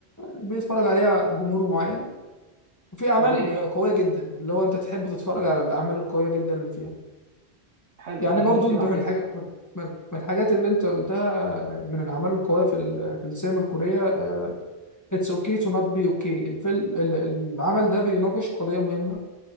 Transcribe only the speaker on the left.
بيتفرج عليها جمهور معين وفي أعمال
آه، قوية جدا اللي هو أنت تحب تتفرج على الأعمال القوية جدا اللي فيها
يعني
برضو
أنت
في الحاجة من من- من الحاجات اللي أنت قلتها آه، من الأعمال القوية في ال- في السينما الكورية آه، It's okay to not be okay الفيلم ال- العمل ده بيناقش قضية مهمة